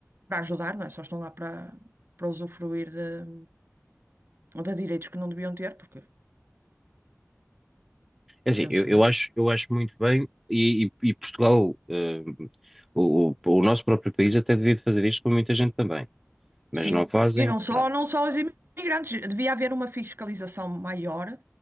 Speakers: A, on the right (about 45°); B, in the centre.
A: para ajudar, não é? Só estão lá para, para usufruir de, de direitos que não deviam ter, porque
B: É assim,
A: penso
B: eu, eu
A: eu.
B: acho, eu acho muito bem, e, e- e Portugal, eh, o, o- o nosso próprio país até devia de fazer isto com muita gente também, mas
A: Sim,
B: não fazem,
A: e não só,
B: pronto.
A: não só os imigrantes, devia haver uma fiscalização maior